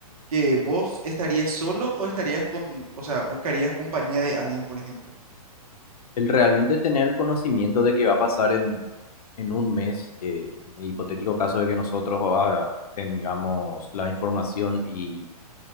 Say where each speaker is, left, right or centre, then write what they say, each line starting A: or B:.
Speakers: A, on the right (about 65°); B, on the left (about 75°).
A: que vos estarías solo o estarías con, o sea, buscarías compañía de alguien, por ejemplo.
B: El realmente tener el conocimiento de que va a pasar en, en un mes, eh, en el hipotético caso de que nosotros ah, tengamos la información y